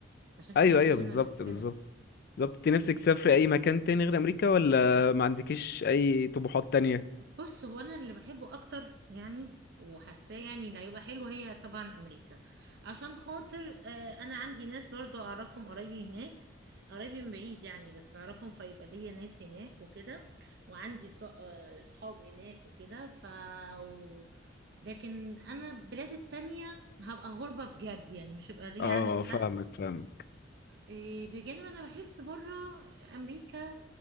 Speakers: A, on the right; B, on the left.
A: عشان كده
B: ايوه
A: كلنا
B: ايوه بالظبط
A: نفسنا
B: بالظبط بالظبط انت نفسك تسافري اي مكان تاني غير امريكا ولا ما عندكيش اي طموحات تانية
A: بص هو انا اللي بحبه اكتر يعني وحاساه يعني اللي هيبقى حلو هي طبعا امريكا عشان خاطر آه، انا عندي ناس برضو اعرفهم قرايبي هناك قرايبي من بعيد يعني بس اعرفهم فيبقى ليا ناس هناك وكده وعندي ص- آه، صحاب هناك وكده ف و- لكن انا البلاد التانية هبقى غربة بجد يعني مش هيبقى ليا
B: اه
A: عندي حد
B: فاهمك فاهمك
A: إيه، بجانب انا بحس بره امريكا